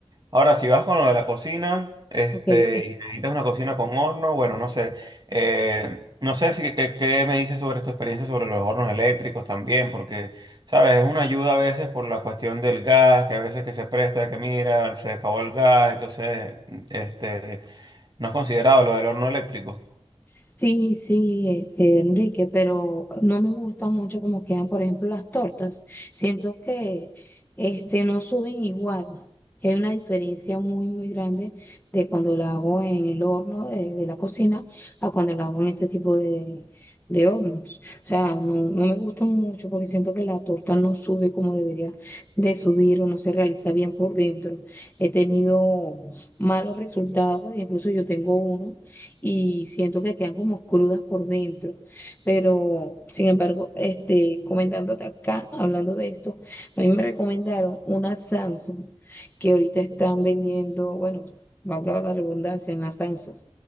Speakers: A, on the right; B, on the left.
A: Ahora, si vas con lo de la cocina, este,
B: Ok, ok.
A: y necesitas una cocina con horno, bueno, no sé. eh, no sé si qué qué me dices sobre tu experiencia sobre los hornos eléctricos también, porque, sabes, es una ayuda a veces por la cuestión del gas, que a veces que se presta, que mira, se acabó el gas, entonces, este, no has considerado lo del horno eléctrico.
B: Sí, sí, este, Enrique, pero no me gusta mucho como quedan, por ejemplo, las tortas. Siento que este, no suben igual, que hay una diferencia muy, muy grande de cuando la hago en el horno de, de la cocina a cuando la hago en este tipo de, de hornos. O sea, no, no me gusta mucho porque siento que la torta no sube como debería de subir o no se realiza bien por dentro. He tenido malos resultados, incluso yo tengo uno y siento que quedan como crudas por dentro. Pero, sin embargo, este, comentándote acá, hablando de esto, a mí me recomendaron una Samsung que ahorita están vendiendo, bueno, valga la redundancia, en la Samsung.